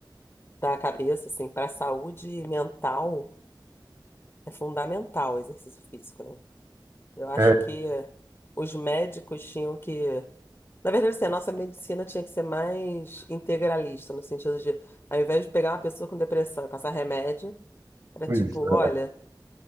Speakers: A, on the left; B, on the right.
A: da cabeça, assim, para a saúde mental é fundamental o exercício físico, né? Eu acho
B: É,
A: que os médicos tinham que. Na verdade, assim, a nossa medicina tinha que ser mais integralista, no sentido de, ao invés de pegar uma pessoa com depressão e passar remédio, era
B: pois
A: tipo,
B: é.
A: olha,